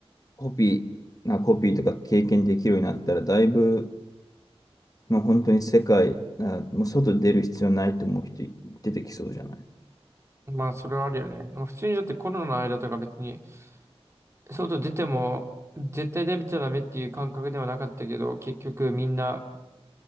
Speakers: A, on the left; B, on the right.
A: コピーなコピーとか経験できるようになったら、だいぶ、まあ、本当に世界、なもう外出る必要ないと思う人出てきそうじゃない
B: まあ、それはあるよね。まあ普通にだってコロナの間とか別に、外出ても絶対出ちゃダメっていう感覚ではなかったけど、結局みんな、